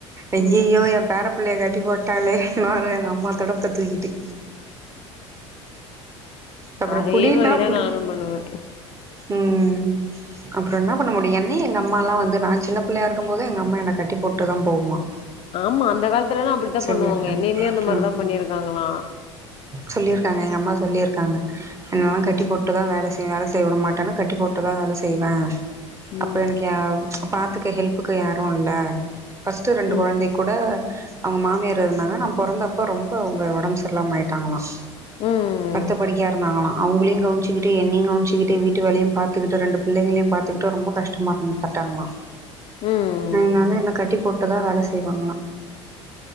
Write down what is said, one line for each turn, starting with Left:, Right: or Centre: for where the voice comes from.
Right: ஐய்யயோ
Left: ம்
Right: என் பேறப் புள்ளைய கட்டி போட்டாலே எங்க அம்மாத் தொடப்பத்த தூக்கிட்டு அப்புறோ
Left: அதே
Right: புடின்னா
Left: மாரிதான்
Right: புடி
Left: நானும் பண்ணுவேன்
Right: ம் அப்றோ என்ன பண்ண முடியும் என்னயு எங்க அம்மாலாம் வந்து நான் சின்ன புள்ளையா இருக்கும் போது எங்க அம்மா என்ன கட்டி போட்டுதான் போவுமா
Left: ஆமா அந்த காலத்துலல்லாம் அப்டித்தான்
Right: சொல்லியிருக்காங்க
Left: பண்ணுவாங்க என்னையுமே அந்த மாரிதான்
Right: ஆமா
Left: பண்ணிருக்காங்களாம்
Right: சொல்லியிருக்காங்க எங்க அம்மா சொல்லியிருக்காங்க என்னெல்லாம்
Left: ம்
Right: கட்டி போட் ட்டு தான் வேலை செய் வேலை செய்ய விட மாட்டேன்னு கட்டி போட்டுதான் வேலை செய்வேன்
Left: ம்
Right: அப்றோ எனக்கு பாத்துக்க ஹெல்ப்புக்கு யாரும் இல்ல ஃபஸ்ட்டு ரெண்டு
Left: ம்
Right: கொழந்தைக் கூட அவங்க மாமியார் இருந்தாங்க நா பொறந்தப்ப ரொம்ப அவங்க ஒடம்பு சரில்லாம ஆயிட்டாங்களாம்
Left: ம்
Right: படுத்தபடுக்கையா இருந்தாங்களா அவங்களையும் கவனிச்சுட்டு என்னயும் கவனிச்சிக்கிட்டு வீட்டு வேலையும் பாத்துகிட்டு ரெண்டு புள்ளைங்களையும் பாத்துகிட்டு ரொம்ப கஷ்ட பட்டாங்களாம்
Left: ம்
Right: அதனால என்னை கட்டி போட்டுதான் வேலை செய்வாங்களாம்